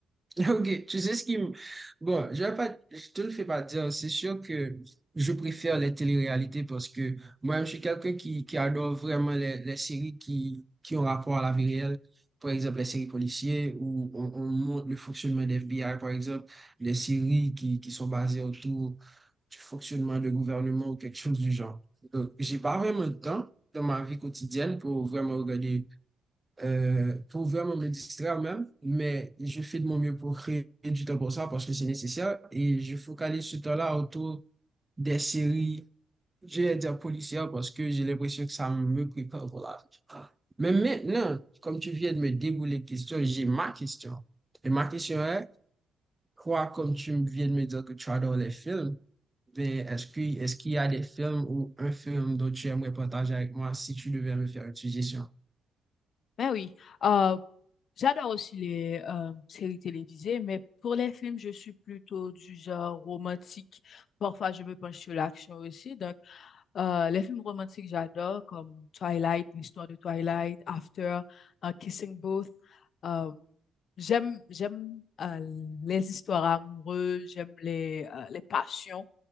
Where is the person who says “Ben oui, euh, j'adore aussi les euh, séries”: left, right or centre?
Left